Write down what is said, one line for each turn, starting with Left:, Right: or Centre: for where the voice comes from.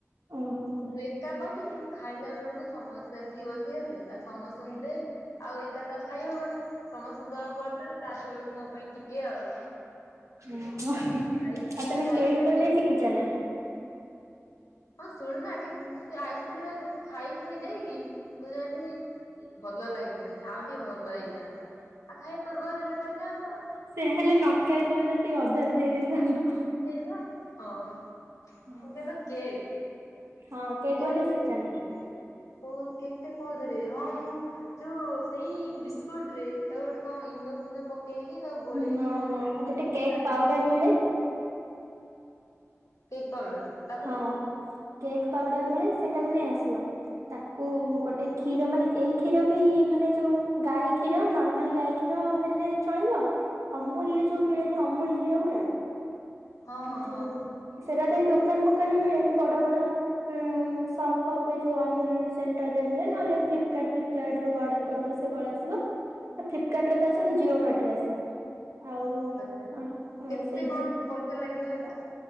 Right: ଅହ।
Left: ମୁଁ ଏକା କଲି କିନ୍ତୁ ଖାଇଲା ବେଳକୁ ସମସ୍ତେ ଆସିକି ବସିଗଲେ ଆଉ ସମସ୍ତଙ୍କୁ ଦେ। ଆଉ ଏକା ତ ଆଉ ଖାଇହବନି। ସମସ୍ତଙ୍କୁ ଦବାକୁ ପଡଲା। ଲାଷ୍ଟ୍ ବେଳକୁ ମୋ ପାଇଁ ଟିକେ ଆଉ।
Right: ଓହ ଆଉ
Left: ଖାଇ
Right: ତମେ
Left: ଖାଇ
Right: କେକ୍
Left: ଖୁଇ
Right: ବନେଇ
Left: ଦେଇ
Right: ଶିଖିଚ ନା?
Left: ହଁ ଶୁଣୁନ ଆଗେ ଉଁ ସେ ଆଇସ୍କ୍ରିମ୍ ଖାଇ ଖୁଇ ଦେଇକି କୁଚନ୍ତି ଭଲ ଲାଗିିଲାନି। ଆଉ ଟିକେ ଭଲ ହେଇ ଥାନ୍ତା। ଆଉ ଖାଇବା ପୂର୍ବରୁ ହେଲେ କହିଥାନ୍ତ।
Right: ସେ ହେଲେ ନ ଖାଇଥାନ୍ତା। ସେଇ ଅଧାରୁ ଦେଇ ଦେଇଥାନ୍ତା।
Left: ହେଇବା ହଁ କଁ
Right: ହଁ
Left: କହିଲ କେକ୍?
Right: ହଁ
Left: କେକ୍
Right: ବନେଇ ଶିଖିଛ
Left: ଟା କେମିତି
Right: ନା?
Left: ପୋ କେକ୍ ଟା କୋଉଥିରେ ହଁ ମୁଁ ଯୋଉ ସେଇ ବିସ୍କୁଟ ରେ ତାକୁ ଗୋଟେ କଣ ଇନୋ ଫିନୋ ପକେଇକି ତାକୁ ଗୋଳେଇକି
Right: ନା
Left: କଣ
Right: ନା
Left: ଗୋଟେ କେମତି ବସାନ୍ତି?
Right: କେକ୍ ପାଉଡର ମିଳେ।
Left: Cake powder. ତାପରେ
Right: ହଁ କେକ୍ ପାଉଡର ମିଳେ ସେଟାକୁ ନେଇ ଆସିବ। ତାକୁ ଗୋଟେ କ୍ଷୀର ମାନେ ଏ କ୍ଷୀର ବି ମାନେ ଯୋଉ ଗାଈ କ୍ଷୀର ନର୍ମାଲ ଗାଈ କ୍ଷୀର ହେଲେ ଚଳିବ ଅମୁଲରେ ଯୋଉ ମିଳେନି ଅମୁଲ କ୍ଷୀର ଗୁରା।
Left: ହଁ ହଁ
Right: ଯୋଉ
Left: ହଁ
Right: ସେଟା ତ ଏଇ ଦୋକାନ ଫୋକାନ ମିଳେନି ବଡ ବଡ ଉଁ ସପ୍। ସପ୍ ରେ ଯୋଉ ଅ ନୋମୁଲ୍ ସେଣ୍ଟରରେ ମିଳେ ନହଲେ ଫ୍ଲିପକାର୍ଟ ଫ୍ଲିପକାର୍ଟ ରୁ ଅର୍ଡର କରିଦବ ସେ ପଳେଇ ଆସିବ।
Left: <inaudible>
Right: ହ ଫ୍ଲିପକାର୍ଟରେ ତ ଆସିବନି ଜିଓ ମାର୍ଟ୍ ରେ ଆସିବ। ଆଉ
Left: ଆଚ୍ଛା କେତେ
Right: ସେଇ
Left: କଣ ପଇସା ଲାଗିବ ସେଟା?